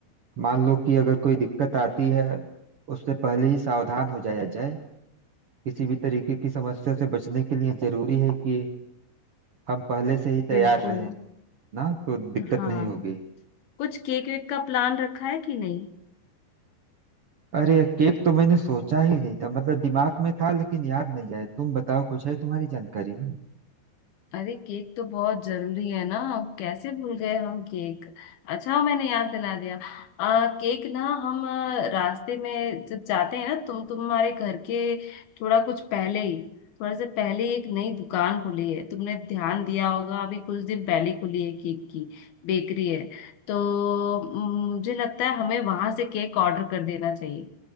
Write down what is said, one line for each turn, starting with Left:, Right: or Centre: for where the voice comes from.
Right: मान लो कि अगर कोई दिक्कत आती है उससे पहले ही सावधान हो जाया जाए किसी भी तरीके की समस्या से बचने के लिए जरूरी है कि हम पहले से ही तैयार
Left: बिल्कुल
Right: रहें ना तो दिक्कत
Left: हाँ
Right: नहीं होगी
Left: कुछ केक वेक का प्लान रखा है कि नहीं
Right: अरे केक तो मैंने सोचा ही नहीं था मतलब दिमाग में था लेकिन याद नहीं आया तुम बताओ कुछ है तुम्हारी जानकारी में
Left: अरे केक तो बहुत जरूरी है ना अब कैसे भूल गए हम केक अच्छा मैंने याद दिला दिया आ, केक ना हम आ, रास्ते में जब जाते हैं ना तुम तुम्हारे घर के थोड़ा कुछ पहले ही थोड़ा से पहले ही एक नई दुकान खुली है तुमने ध्यान दिया होगा अभी कुछ दिन पहले ही खुली है केक की बेकरी है तो म, मुझे लगता है हमें वहां से केक ऑर्डर कर देना चाहिए